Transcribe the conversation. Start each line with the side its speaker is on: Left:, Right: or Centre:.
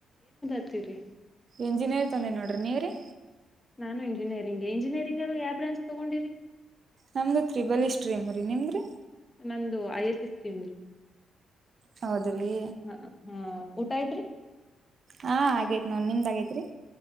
Left: ತರಿ
Right: ಎಂಜಿನಿಯರ್ ತೊಂದೆ ನೋಡ್ರಿ ನೀವ್ರರಿ
Left: ನಾನು ಇಂಜಿನಿಯರಿಂಗ್ಗೆ ಇಂಜಿನಿಯರಿಂಗ್ಲ್ಲ ಯಾವ ಬ್ರಾಂಚ್ ತೊಗೊಂಡಿರಿ
Right: ನಮ್ದು ತ್ರಿಬಲಿ ಶ್ರೀಮ ರೀ ನಿಮ್ದು
Left: ನಂದು ಐ ಎಸ್ ಎಸ್ ಟೀಮ ರೀ
Right: ಹೌದ್ರಿ
Left: ಹ ಹಾ ಊಟ ಐತ್ರಿ
Right: ಹಾ ಆಗೇತ್ ನೋಡ್ ನಿಮ್ದ್ ಆಗೇತ್ರಿ